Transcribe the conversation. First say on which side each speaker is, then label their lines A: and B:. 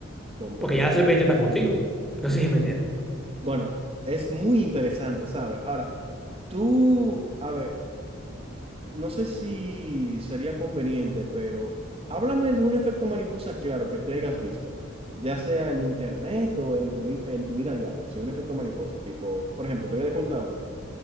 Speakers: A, on the right (about 30°); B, in the centre.
A: Compré.
B: Porque ya las serpientes están contigo. No
A: No,
B: sé si me entiendes.
A: Bueno, es muy interesante, ¿sabes? Ahora, tú, a ver, no sé si sería conveniente, pero háblame de un efecto mariposa claro que te hayas visto, ya sea en internet o en tu, vi- en tu vida diaria, si un efecto mariposa, tipo, por ejemplo, te voy a contar uno.